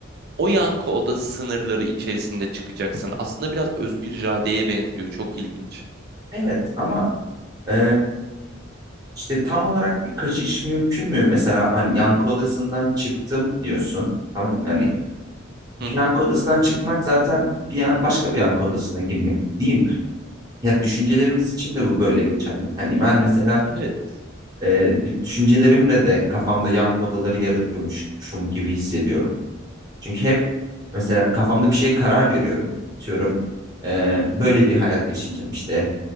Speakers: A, on the right (about 50°); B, on the right (about 20°).
A: o yankı odası sınırları içerisinde çıkacaksın. Aslında biraz özgür iradeye benziyor. Çok ilginç.
B: Evet ama e, işte tam olarak bir kaçış mümkün mü? Mesela hani yankı odasından çıktım diyorsun. Tamam yani bir
A: Hı hı.
B: yankı odasından çıkmak zaten bir yan- başka bir yankı odasına girmek değil mi? Ya düşüncelerimiz için de bu böyle geçerli. Yani ben mesela
A: Evet.
B: e, düşüncelerimle de kafamda yankı odaları yaratıyormuşum gibi hissediyorum. Çünkü hep mesela kafamda bir şeye karar veriyorum. Diyorum e, böyle bir hayat yaşayacağım işte.